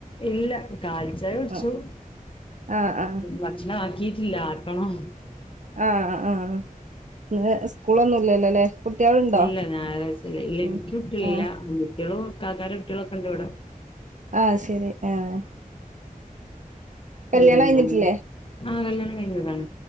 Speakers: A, on the left; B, on the right.
A: ഇല്ല കാലിചായ കുടിച്ചു
B: ആഹ് ആഹ്
A: ഭക്ഷണം ആക്കിട്ടില്ല ആക്കണം
B: ആഹ് ആഹ് ഇന്ന് സ്കൂളൊന്നുംല്ലല്ലോല്ലേ കുട്ടികളുണ്ടോ
A: ഇല്ല ഞായറാഴ്ചല്ലേ ഇല്ല
B: ഉം
A: എനിക്ക് കുട്ടികളില്ല
B: ആഹ്
A: <inaudible> കാക്കാന്റെ കുട്ടികളൊക്കെ ഉണ്ട് ഇവിടെ
B: ആഹ് ശരി ആഹ്
A: പിന്നെ
B: കല്യാണം കഴിഞ്ഞിട്ടില്ലേ
A: <unintelligible> ആഹ് കല്യാണം കഴിഞ്ഞത് ആണ്